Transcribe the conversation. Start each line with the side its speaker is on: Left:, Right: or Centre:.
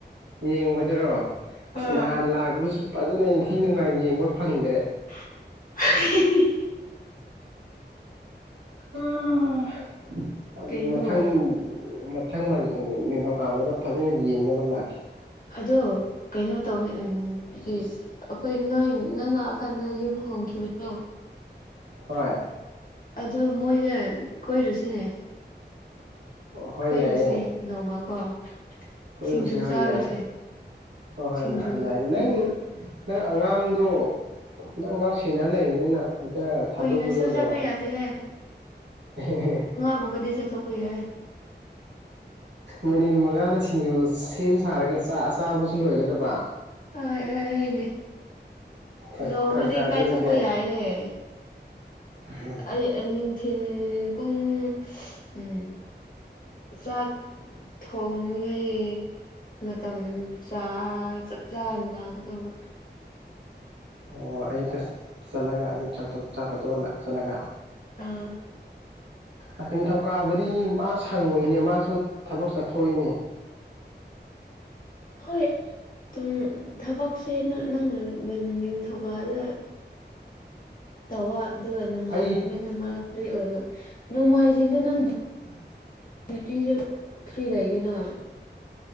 Right: ꯌꯦꯡꯕꯗꯔꯣ ꯑꯁ
Left: ꯑꯥ
Right: ꯅꯍꯥꯟ ꯂꯥꯛꯄꯁꯨ ꯐꯖꯅ ꯏꯟꯊꯤ ꯅꯨꯡꯉꯥꯏꯅ ꯌꯦꯡꯕ ꯐꯪꯗ꯭ꯔꯦ
Left: <unintelligible>
Right: ꯎ <unintelligible>
Left: ꯀꯩꯅꯣ
Right: ꯃꯊꯪ ꯃ ꯊꯪꯕꯟ ꯅꯤꯡꯊꯧꯀꯥꯕꯗ ꯐꯖꯅ ꯌꯦꯡꯅꯕ ꯂꯥꯛꯀ‌ꯦ
Left: ꯑꯗꯣ ꯀꯩꯅꯣ ꯇꯧ ꯎꯝ ꯑꯗꯨ ꯑꯩꯈꯣꯏ ꯅꯣꯏ ꯅꯪ ꯂꯥꯛꯑꯀꯥꯟꯗ ꯌꯨꯝ ꯍꯣꯡꯈꯤꯕꯗꯣ
Right: ꯍꯣꯏ
Left: ꯑꯗꯨ ꯃꯣꯏꯗ ꯀꯣꯏꯔꯨꯁꯤꯅꯦ
Right: ꯍꯣꯏ
Left: ꯀꯣꯏꯔꯨꯁꯦ
Right: ꯌꯥꯏꯌꯦ
Left: ꯅꯣꯡꯃꯀꯣ
Right: ꯀꯣꯏꯔꯨꯁꯦ
Left: ꯁꯤꯡꯖꯨ
Right: ꯍꯣꯏ
Left: ꯆꯥꯔꯨꯁꯦ
Right: ꯌꯥꯏ ꯍꯣꯏ ꯍꯣꯏ
Left: ꯁꯤꯡꯖꯨ
Right: ꯂꯥꯑꯦ ꯂꯥꯑꯦ ꯌꯥꯏꯌꯦ
Left: ꯁꯤꯡꯖꯨ
Right: ꯅꯪ ꯅꯪ ꯑꯉꯥꯡꯗꯣ ꯅꯪ ꯉꯥꯡ ꯁꯦꯟꯅ ꯂꯩꯕꯅꯤꯅ ꯍꯦꯛꯇ ꯊꯥꯗꯣꯛꯄꯗꯣ
Left: ꯀꯨꯏꯅꯁꯨ
Right: ꯅꯨꯡꯉꯥꯏ
Left: ꯆꯠꯄ ꯌꯥꯗꯦꯍꯦ
Right: ꯑꯍ‌ꯦꯍ‌ꯦ
Left: ꯒꯨꯨꯝꯕꯗꯤ ꯆꯠ ꯇꯧꯕ ꯌꯥꯏ
Right: ꯃꯤꯅꯤꯠ ꯃꯉꯥꯗ ꯁꯤꯡꯖꯨ ꯁꯦꯝ ꯁꯥꯔꯒ ꯆꯥ ꯆꯥꯕꯁꯨ ꯂꯣꯏꯒꯗꯕ
Left: ꯑ ꯍ‌‌ꯣ ꯍ‌ꯣꯏ ꯍ‌ꯣꯏꯅꯦ
Right: ꯐꯔꯛ
Left: ꯅꯣꯡꯃꯗꯤ
Right: ꯇꯥꯗ꯭ꯔꯣ
Left: ꯀꯥꯏꯊꯣꯛꯄ
Right: ꯑꯗꯨꯗꯤ
Left: ꯌꯥꯏꯍ‌ꯦ
Right: <unintelligible>
Left: ꯑꯩ ꯅꯨꯡꯊꯤꯜ ꯄꯨꯡ ꯎꯝ ꯆꯥꯛ ꯊꯣꯡꯂꯩ ꯃꯇꯝ ꯆꯥ ꯆꯞ ꯆꯥꯅ ꯂꯥꯛꯀꯗꯧꯕ
Right: ꯑꯣ ꯑꯌꯨꯛꯇ ꯆꯠꯂꯒ ꯑꯌꯨꯛ ꯆꯥꯛ ꯇ‌ꯣꯛ ꯆꯥꯛꯇ‌ꯣꯛꯇ‌ꯣꯛ ꯆꯠꯂꯒ
Left: ꯎꯝ
Right: ꯑꯁ ꯅꯤꯡꯊꯧꯀꯥꯕꯗꯤ ꯃꯥ ꯁꯪꯉꯣꯏꯅꯦ ꯃꯥꯁꯨ ꯊꯕꯛ ꯆꯠꯊꯣꯛꯏꯅꯦ
Left: ꯍꯣꯏ ꯗꯨꯝ ꯊꯕꯛꯁꯦ ꯅ ꯅꯪ ꯅ ꯅꯪ ꯅꯤꯡꯊꯧꯀꯥꯕꯗ ꯇꯧꯕ ꯑꯗꯨꯒ ꯅꯣꯡꯃꯥꯏꯖꯤꯡꯗꯅ
Right: ꯑꯩ
Left: ꯃꯥ ꯐ꯭ꯔꯤ ꯑꯣꯏꯕ ꯅꯣꯡꯃꯥꯏꯖꯤꯡꯗ ꯅꯪ
Right: ꯎꯝ
Left: ꯗ꯭ꯌꯨꯗꯤꯁꯨ ꯐ꯭ꯔꯤ ꯂꯥꯏꯌ‌ꯦꯅ ꯑ